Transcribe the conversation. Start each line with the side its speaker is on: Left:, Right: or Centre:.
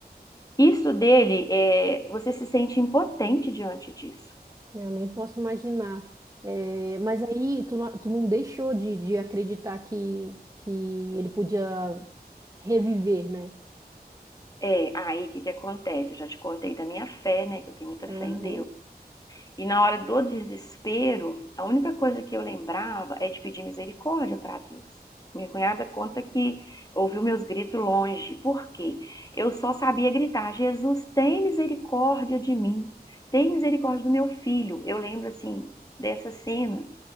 Left: isso dele, é, você se sente impotente diante disso.
Right: Eu nem posso imaginar. É, mas aí tu não, tu não deixou de, de acreditar que, que ele podia reviver, né?
Left: É, aí o que que acontece? Eu já te contei da minha fé, né? Que eu tenho muita
Right: Aham.
Left: fé em Deus. E na hora do desespero, a única coisa que eu lembrava é de pedir misericórdia para Deus. Minha cunhada conta que ouviu meus gritos longe. Por quê? Eu só sabia gritar: Jesus, tem misericórdia de mim. Tem misericórdia do meu filho. Eu lembro, assim, dessa cena.